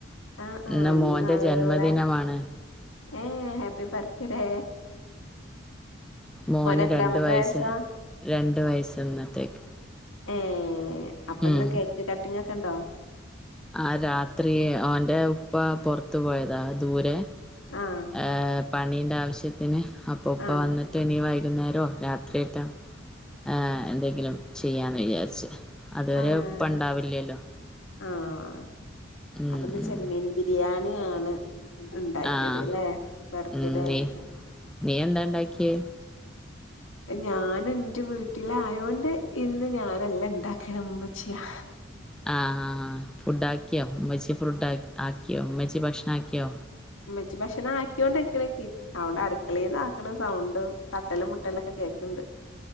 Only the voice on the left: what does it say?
ആഹ് ആഹ്
നല്ല
ഏഹ് ഹാപ്പി ബർത്ത്ഡെ.
എത്രാമത്തെ
വയസ്സാ?
ഏഹ് അപ്പൊന്ന്
കേക്ക് കട്ടിംഗ് ഒക്കെ ഉണ്ടോ?
ആഹ്
ആഹ്
ആഹ്
ആഹ്
അപ്പന്ന്
ചെമ്മീൻ ബിരിയാണി ആണ്. ഇണ്ടാക്കിയത്
ല്ലേ ബർത്ത്
ഡേ ആയിറ്റ്.
ഞാന് ഇന്റെ വീട്ടില ആയോണ്ട് ഇന്ന് ഞാനല്ല ഇണ്ടാക്കണ ഇമ്മച്ചിയാ
ഉമ്മച്ചി ഭക്ഷണം ആക്കിയൊണ്ട് <unintelligible> അവിടെ അടുക്കളയിന്ന ആക്കണ സൗണ്ടും തട്ടലും മുട്ടലൊക്കെ കേക്ക്ണ്ട്.